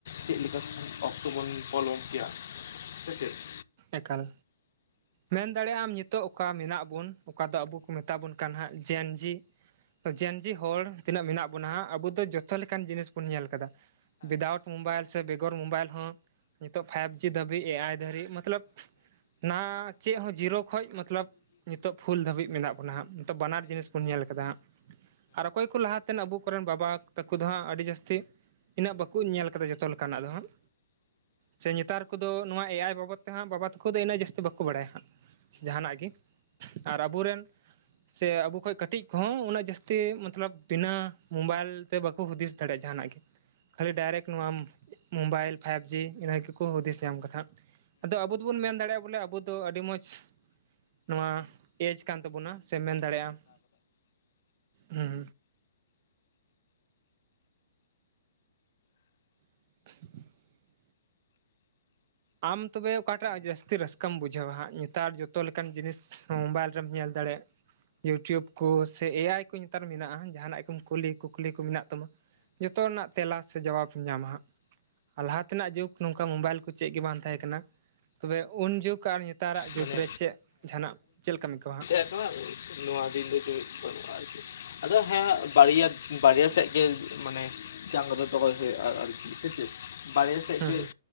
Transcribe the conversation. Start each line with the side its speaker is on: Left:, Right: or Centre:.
Left: ᱪᱮᱫ ᱞᱮᱠᱟ ᱚᱠᱛᱚ ᱵᱚᱱ ᱯᱷᱳᱱ ᱦᱚᱸ ᱠᱮᱭᱟ ᱾
Right: ᱮᱠᱟᱞ, ᱢᱮᱱ ᱫᱟᱲᱮᱭᱟᱜ ᱟᱢ ᱱᱤᱛᱚᱜ ᱚᱠᱟ ᱢᱮᱱᱟᱜ ᱵᱚᱱ ᱚᱠᱟ ᱫᱚ ᱟᱵᱚ ᱠᱚ ᱢᱮᱛᱟ ᱵᱚᱱ ᱠᱟᱱᱟ ᱦᱟᱸᱜ ᱡᱮ ᱮᱱ ᱡᱤ? ᱡᱮᱱᱡᱤ ᱦᱚᱲ ᱛᱤᱱᱟᱹᱜ ᱢᱮᱱᱟᱜ ᱵᱚᱱᱟ᱾ ᱟᱵᱚ ᱫᱚ ᱡᱚᱛᱚ ᱞᱮᱠᱟᱱ ᱡᱤᱱᱤᱥ ᱵᱚᱱ ᱧᱮᱞ ᱟᱠᱟᱫᱟ ᱾ ᱩᱭᱫᱟᱩᱴ ᱢᱳᱵᱟᱭᱤᱞ ᱥᱮ ᱵᱮᱜᱚᱨ ᱢᱳᱵᱟᱭᱤᱞ ᱦᱚᱸ ᱱᱤᱛᱚᱜ ᱯᱷᱟᱭᱤᱵ ᱡᱤ ᱫᱷᱟᱹᱵᱤᱡ ᱮ ᱟᱭ ᱫᱷᱟᱹᱵᱤᱡ ᱢᱚᱛᱞᱚᱵ ᱱᱟ ᱪᱮᱫ ᱦᱚᱸ ᱡᱤᱨᱳ ᱠᱷᱚᱡ ᱢᱚᱛᱞᱚᱵ ᱱᱤᱛᱚᱜ ᱯᱷᱩᱞ ᱫᱷᱟᱹᱵᱤᱡ ᱢᱮᱱᱟᱜ ᱵᱚᱱᱟ ᱦᱟᱸᱜ ᱱᱤᱛᱚᱜ ᱵᱟᱱᱟᱨ ᱡᱤᱱᱤᱥ ᱵᱚᱱ ᱧᱮᱞ ᱟᱠᱟᱫᱟ ᱦᱟᱸᱜ ᱾ ᱟᱨ ᱚᱠᱚᱭ ᱠᱚ ᱞᱟᱦᱟᱛᱮ ᱟᱵᱚ ᱠᱚᱨᱮᱱ ᱵᱟᱵᱟ ᱛᱟᱠᱚ ᱫᱚ ᱦᱟᱸᱜ ᱟᱹᱰᱤ ᱡᱟᱹᱥᱛᱤ ᱤᱱᱟᱹᱜ ᱵᱟᱠᱚ ᱧᱮᱞ ᱟᱠᱟᱫᱟ ᱡᱚᱛᱚ ᱞᱮᱠᱟᱱᱟᱜ ᱫᱚ ᱦᱟᱸᱜ ᱥᱮ ᱱᱮᱛᱟᱨ ᱠᱚᱫᱚ ᱱᱚᱣᱟ ᱮ ᱟᱭ ᱵᱟᱵᱚᱛ ᱛᱮᱦᱮᱧᱟᱸᱜ ᱵᱟᱵᱟ ᱛᱟᱠᱚ ᱫᱚ ᱤᱱᱟᱹᱜ ᱡᱟᱹᱥᱛᱤ ᱵᱟᱠᱚ ᱵᱟᱲᱟᱭᱟ ᱦᱟᱸᱜ ᱡᱟᱦᱟᱱᱟᱜ ᱜᱮ ᱟᱨ ᱟᱵᱚᱨᱮᱱ ᱥᱮ ᱟᱵᱚ ᱠᱷᱚᱱ ᱠᱟᱹᱴᱤᱡᱽ ᱠᱚᱦᱚᱸ ᱩᱱᱟᱹᱜ ᱡᱟᱹᱥᱛᱤ ᱛᱮ ᱢᱚᱛᱞᱚᱵ ᱵᱤᱱᱟᱹ ᱢᱳᱵᱟᱭᱤᱞ ᱛᱮ ᱵᱟᱠᱚ ᱦᱩᱫᱤᱥ ᱫᱟᱲᱮᱭᱟᱜᱼᱟ ᱡᱟᱦᱟᱱᱟᱜ ᱜᱮ ᱠᱷᱟᱹᱞᱤ ᱰᱟᱭᱨᱮᱠᱴ ᱱᱚᱣᱟ ᱢᱳᱵᱟᱭᱤᱞ ᱯᱷᱟᱭᱤᱵᱽᱡᱤ ᱤᱱᱟᱹ ᱜᱮᱠᱚ ᱦᱩᱫᱤᱥ ᱧᱟᱢ ᱠᱟᱫᱟ ᱦᱟᱸᱜ ᱟᱫᱚ ᱟᱵᱚ ᱫᱚᱵᱚᱱ ᱢᱮᱱ ᱫᱟᱲᱮᱭᱟᱜᱼᱟ ᱵᱚᱞᱮ ᱟᱵᱚ ᱫᱚ ᱟᱹᱰᱤ ᱢᱚᱸᱡᱽ ᱱᱚᱣᱟ ᱮᱡᱽ ᱠᱟᱱ ᱛᱟᱵᱚᱱᱟ ᱥᱮ ᱢᱮᱱ ᱫᱟᱲᱮᱭᱟᱜᱼᱟ ᱦᱩᱸ <inaudible> ᱟᱢ ᱛᱚᱵᱮ ᱚᱠᱟᱴᱟᱜ ᱡᱟᱥᱛᱤ ᱨᱟᱹᱥᱠᱟᱹ ᱪᱤᱠᱟᱢ ᱵᱩᱡᱷᱟᱹᱣᱟ ᱦᱟᱸᱜ ᱱᱮᱛᱟᱨ ᱡᱚᱛᱚ ᱞᱮᱠᱟᱱ ᱡᱤᱱᱤᱥ ᱢᱳᱵᱟᱭᱤᱞ ᱨᱮᱢ ᱧᱮᱞ ᱫᱟᱲᱮᱭᱟᱜᱼᱟ ᱤᱭᱩᱴᱩᱵᱽ ᱠᱚ ᱥᱮ ᱮᱭᱟᱭ ᱠᱚ ᱱᱮᱛᱟᱨ ᱢᱮᱱᱟᱜᱼᱟ ᱡᱟᱦᱟᱱᱟᱜ ᱠᱚ ᱠᱩᱞᱤ ᱠᱩᱠᱞᱤ ᱠᱚ ᱢᱮᱱᱟᱜ ᱛᱟᱢᱟ ᱡᱚᱛᱚ ᱨᱮᱱᱟᱜ ᱾ ᱛᱮᱞᱟ ᱥᱮ ᱡᱟᱵᱟᱸ ᱧᱟᱢᱟ ᱦᱟᱸᱜ ᱟᱨ ᱞᱟᱦᱟ ᱛᱮᱱᱟᱜ ᱡᱩᱜᱽ ᱱᱚᱝᱠᱟ ᱢᱳᱵᱟᱭᱤᱞ ᱠᱚ ᱪᱮᱫ ᱜᱮ ᱵᱟᱝ ᱛᱟᱦᱮᱸ ᱠᱟᱱᱟ ᱛᱚᱵᱮ ᱩᱱ ᱡᱩᱜ ᱟᱨ ᱱᱮ ᱱᱮᱛᱟᱨᱟᱜ
Left: ᱢᱟᱱᱮ
Right: ᱡᱩᱜᱽ ᱨᱮ ᱪᱮᱫ ᱡᱟᱦᱟᱸᱱᱟᱜ ᱪᱮᱫ ᱞᱮᱠᱟ ᱟᱹᱭᱠᱟᱹᱣᱟ ᱦᱟᱸᱜ?
Left: <unintelligible> ᱜᱮ ᱱᱚᱣᱟ ᱫᱤᱱ ᱫᱚ ᱵᱟᱹᱱᱩᱜᱼᱟ ᱟᱨᱠᱤ ᱟᱫᱚ ᱦᱮᱸ ᱵᱟᱨᱭᱟ ᱵᱟᱨᱭᱟ ᱥᱮᱫ ᱜᱮ ᱢᱟᱱᱮ ᱪᱟ <unintelligible> ᱠᱚᱫᱚ ᱦᱩᱭᱩᱜᱼᱟ ᱟᱨᱠᱤ ᱥᱮ ᱪᱮᱫ ᱵᱟᱨᱦᱮ ᱥᱮᱫ
Right: ᱦᱩᱸ
Left: ᱜᱮ
Right: ᱦᱩᱸ